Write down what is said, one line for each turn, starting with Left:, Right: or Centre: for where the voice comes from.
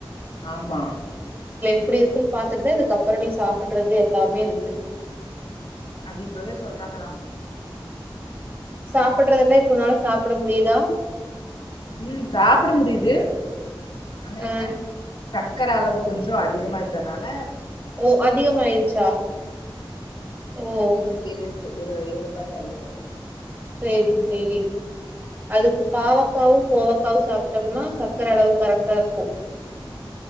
Left: ஆம்மா
Right: எப்படி இருக்குன்னு பாத்துட்டு இதுக்கு அப்புற நீ சாப்பிடுறது எல்லாமே இருக்கு
Left: அது அபவே சொல்றாங்கதான்
Right: சாப்படுறதுல்லாம் இப்போனால சாப்பிட முடியுதா
Left: ம் சாபிட முடியுது ஆனா
Right: ஆ
Left: என்ன சக்கர அளவு கொஞ்ச அதிகமா இருந்தனால
Right: ஓ அதிகம ஆயிருச்சா ஓ
Left: நூத்தி இருவத்தி ஏழு இருக்கு ஒரு ஏழு பாயிண்ட் அதிகம இருக்கும்
Right: செரி செரி அதுக்கு பாவக்காவும் கோவக்காவும் சாப்டமன சர்க்கரை அளவு கரெக்டா இருக்கும்